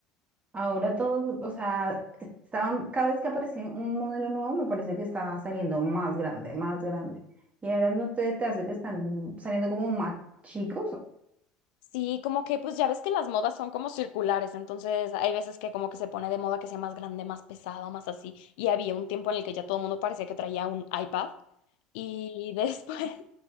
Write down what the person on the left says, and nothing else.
Sí, como que pues ya ves que las modas son como circulares, entonces hay veces que como que se pone de moda que sea más grande, más pesado, más así. Y había un tiempo en el que ya todo el mundo parecía que traía un iPad y después <laughs>